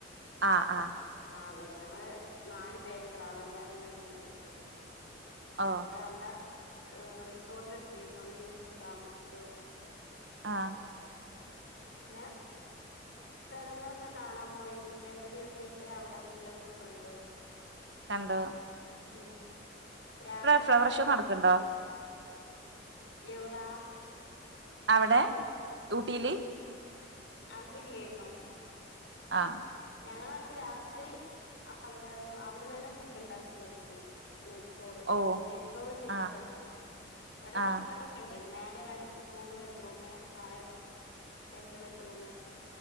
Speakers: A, on the right; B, on the left.
A: ആഹ് ആഹ്
B: ആഹ് വര ഞങ്ങള് നാലല് പേര് ട്രാവലറിലായിന് പോയിറ്റേ
A: ഓ
B: അവിടെ റിസോർട്ട് എടുത്തിരുന്നു ഒരു ദിവസം താമസിച്ചു
A: ആഹ്
B: പിന്നെ സ്ഥലങ്ങളൊക്കെ കാണാൻ പോയി രണ്ടു ദിവസമായിട്ട് അവിടെ എല്ലായിടത്തും കണ്ടു
A: കണ്ടോ
B: ഉം രാത്രി
A: ഫ്ലവർ
B: അങ്ങനെ
A: ഷോ നടക്ക്ണ്ടോ
B: എവിടാ
A: അവിടെ ഊട്ടിലെ
B: അന്ന് ഇല്ലായിന്നോ
A: ആഹ്
B: ഞങ്ങളെ അന്ന് രാത്രി അവിടെ അവിടെന്ന് തന്നെ ഫുഡ് ഉണ്ടാക്കി കഴിച്ചു നെയ്ച്ചോറ്
A: ഓ
B: നെയ്ച്ചോറും ചിക്കൻ
A: ആഹ്
B: കറിയും അവിടെ
A: ആഹ്
B: കിച്ചൺ ണ്ടേ മേലെ ര മൂന്ന് ബെഡ്റൂമെ താഴെ രണ്ട് ബെഡ്റൂം